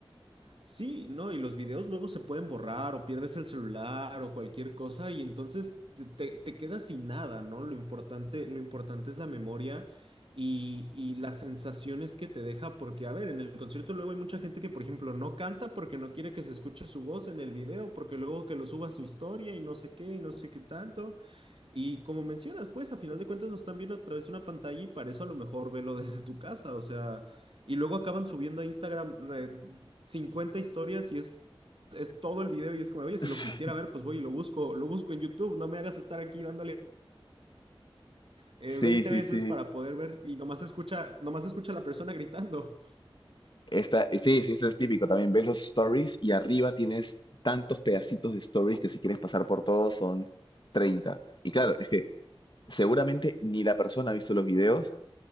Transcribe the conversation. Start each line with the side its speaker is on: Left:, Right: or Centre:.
Right: Sí, no, y los videos luego se pueden borrar o pierdes el celular o cualquier cosa y entonces te, te- te quedas sin nada, ¿no? Lo importante, lo importante es la memoria y, y las sensaciones que te deja, porque a ver, en el concierto luego hay mucha gente que, por ejemplo, no canta porque no quiere que se escuche su voz en el video, porque luego que lo suba a su historia y no sé qué y no sé qué tanto. Y como mencionas, pues a final de cuentas nos están viendo a través de una pantalla y para eso a lo mejor velo <laughs> desde tu casa, o sea, y luego acaban subiendo a Instagram eh, 50 historias y es, es todo el video y es como, oye, si
Left: <laughs>
Right: lo quisiera ver, pues voy y lo busco, lo busco en YouTube, no me hagas estar aquí dándole eh,
Left: Sí,
Right: 20
Left: sí,
Right: veces
Left: sí.
Right: para poder ver y nomás escucha, nomás escucha a la persona gritando.
Left: Esta, sí, sí, eso es típico. También ves los stories y arriba tienes tantos pedacitos de stories que si quieres pasar por todos son 30. Y claro, es que seguramente ni la persona ha visto los videos